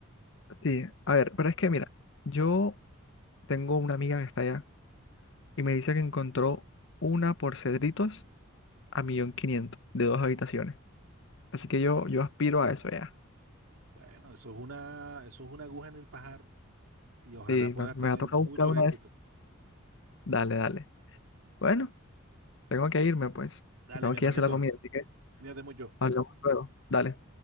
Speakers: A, on the left; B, on the right.
A: sí, a ver, pero es que mira, yo tengo una amiga que está allá y me dice que encontró una por Cedritos a millón quinientos de dos habitaciones. Así que yo, yo aspiro a eso ya.
B: Bueno, eso es una, eso es una aguja en el pajar y ojalá
A: Sí,
B: puedas
A: me me
B: tener
A: va a tocar
B: muchos
A: buscar una
B: éxitos.
A: de esas. Dale, dale. Bueno. Tengo que irme, pues.
B: Dale,
A: Tengo
B: mi
A: que
B: hermanito,
A: ir a hacer la comida, así que
B: cuídate mucho.
A: hablamos luego. Dale.